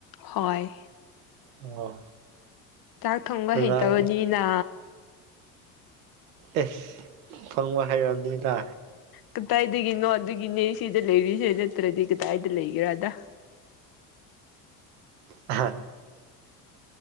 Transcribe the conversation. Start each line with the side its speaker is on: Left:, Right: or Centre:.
Left: ꯍꯣꯏ
Right: ꯑꯣ
Left: ꯆꯥꯛ ꯊꯣꯡꯕ
Right: ꯅꯨꯡꯉꯥꯏ
Left: ꯍꯩꯇꯕꯅꯤꯅꯥ
Right: ꯑꯦꯁ ꯊꫭꯡꯕ ꯍꯩꯔꯝꯅꯤꯗ
Left: ꯀꯗꯥꯏꯗꯒꯤꯅꯣ ꯑꯗꯨꯒꯤꯅꯦ ꯁꯤꯗ ꯂꯩꯔꯤꯁꯦ ꯅꯠꯇ꯭ꯔꯗꯤ ꯀꯗꯥꯏꯗ ꯂꯩꯒꯦꯔꯗ
Right: ꯍꯥ